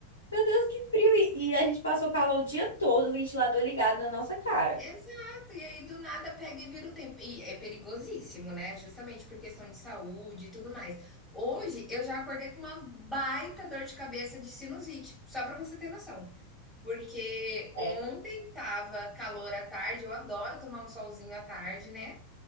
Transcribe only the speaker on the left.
meu Deus, que frio! E, e a gente passou calor o dia todo, o ventilador ligado na nossa cara.
É.